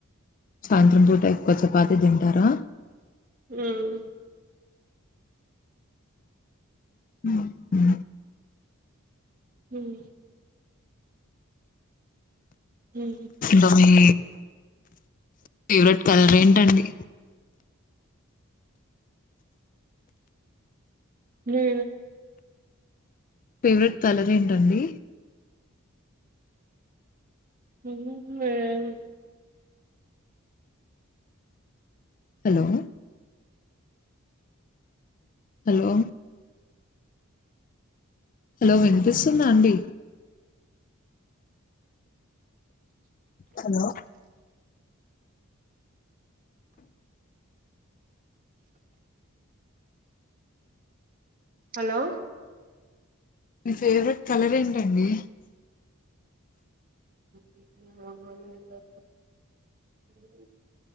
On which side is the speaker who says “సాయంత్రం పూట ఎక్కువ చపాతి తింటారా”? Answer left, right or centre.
Left